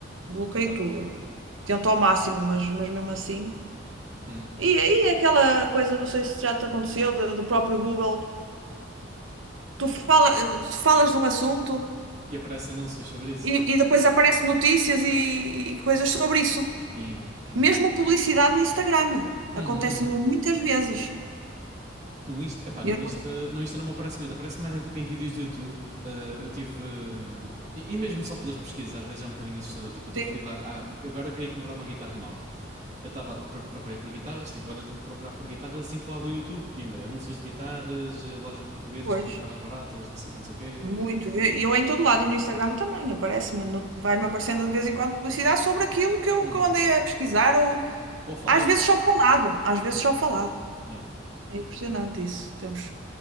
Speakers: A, on the right; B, on the right.
A: bloqueio
B: Pronto.
A: tudo, tento ao máximo, mas, mas mesmo assim.
B: Hum.
A: E aí é aquela coisa, não sei se já te aconteceu, do, do próprio Google, tu fala, eh, falas de um assunto
B: E aparece anúncios sobre isso.
A: e, e depois aparecem notícias e, e coisas sobre isso.
B: Yeah, yeah.
A: Mesmo
B: yeah.
A: publicidade no Instagram. Acontece-me
B: Uhum, uhum.
A: muitas vezes.
B: No Insta, epá, no
A: Eu
B: Insta,
A: não
B: no Insta não me aparece muito, aparece mais é tipo em vídeos de YouTube. Ah, eu tive. hum, E, e mesmo só pelas pesquisas, às vezes é um bocadinho assustador. Tipo, eu estou
A: sim,
B: a pesquisar. Ah, agora queria comprar uma guitarra nova. Eu estava. pr- Procurei por guitarras, tipo, boa tempo a procurar por guitarras assim que eu abro o YouTube. Pimba, anúncios de guitarras, eh, lojas portuguesas
A: pois,
B: com guitarras baratas, não sei o que, não sei o quê.
A: muito. E eu, em todo lado e no Instagram também aparece-me, no- vai-me aparecendo de vez em quando publicidade sobre aquilo que eu,
B: Uhum.
A: que eu andei a pesquisar ou
B: Ou falar
A: às vezes
B: só.
A: só falado, às vezes
B: Yeah,
A: só falado.
B: yeah.
A: É impressionante isso. Temos,